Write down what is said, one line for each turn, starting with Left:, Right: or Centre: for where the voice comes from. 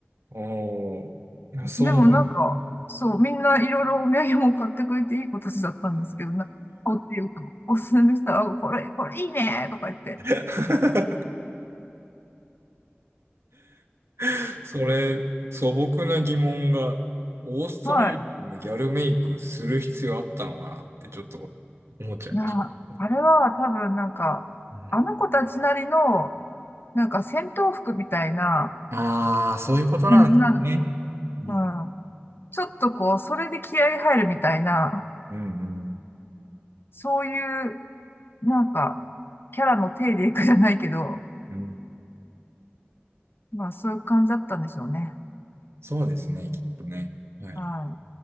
Right: おー。いやそうなん
Left: でもなんか、そう、みんないろいろお土産も買ってくれていい子たちだったんですけど、なんか、こうっていうか、おすすめしたら、あこれ、これいいねとか言って。
Right: <laughs> <laughs> それ、素朴な疑問が、オーストラリアのギャルメイクする必要あったのかなってちょっと思っちゃいました。
Left: はい。いや、あれは多分なんか、
Right: うん、
Left: あの子たちなりの、なんか戦闘服みたいな
Right: ああ、そういうことなんですね。
Left: 感じになる。
Right: うん、
Left: うん。ちょっとこう、それで気合い入るみたいな、
Right: うん、うん。
Left: そういう、なんか、キャラの体でいくじゃないけど、
Right: うん
Left: まあそういう感じだったんでしょうね。
Right: そうですね、きっとね。はい。
Left: はい。